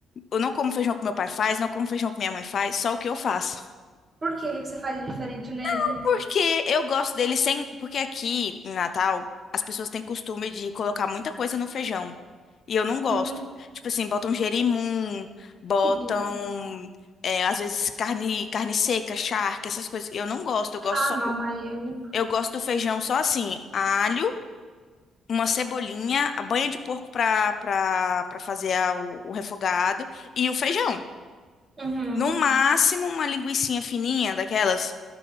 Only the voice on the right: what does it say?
Por que, O que que você faz de diferente nele?
Uhum,
que di-
Ah,
não, mas eu.
Uhum.